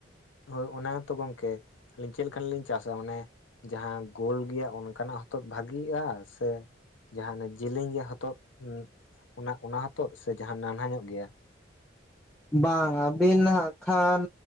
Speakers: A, on the left; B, in the centre.
A: ᱦᱳᱭ ᱚᱱᱟ ᱜᱮᱛᱚ ᱜᱚᱝᱠᱮ ᱟᱹᱞᱤᱧ ᱪᱮᱫ ᱞᱮᱠᱟᱱᱟᱜ ᱞᱤᱧ ᱪᱟᱥᱟ ᱚᱱᱮ ᱡᱟᱦᱟᱸ ᱜᱳᱞ ᱜᱮᱭᱟ ᱚᱱᱠᱟᱱᱟᱜ ᱦᱚᱛᱚ ᱵᱷᱟᱜᱤᱜᱼᱟ? ᱥᱮ ᱡᱟᱦᱟᱸ ᱚᱱᱮ ᱡᱮᱞᱮᱧ ᱜᱮ ᱦᱚᱛᱚᱫ ᱚᱱᱟ ᱚᱱᱟ ᱦᱚᱛᱚᱫ ᱥᱮ ᱡᱟᱦᱟᱸ ᱱᱟᱱᱦᱟ ᱧᱚᱜ ᱜᱮᱭᱟ?
B: ᱵᱟᱝ ᱟᱹᱵᱤᱱ ᱦᱟᱸᱜ ᱠᱷᱟᱱ